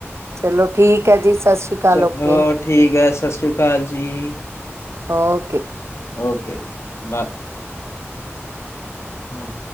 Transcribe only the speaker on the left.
ਚ
ਹੋਰ ਠੀਕ ਹੈ ਸਤਿ ਸ੍ਰੀ ਅਕਾਲ ਜੀ।
ਓਕੇ ਬਾ ਹੂੰ।